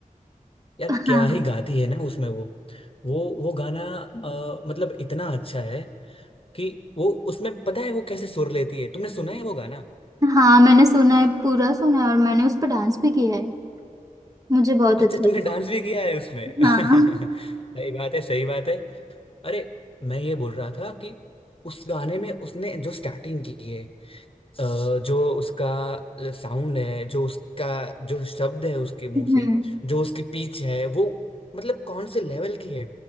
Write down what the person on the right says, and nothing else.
हाँ
हाँ मैंने सुना है पूरा सुना है और मैंने उस पर डांस भी किया है मुझे बहुत
अच्छा
लगा
हाँ
हम्म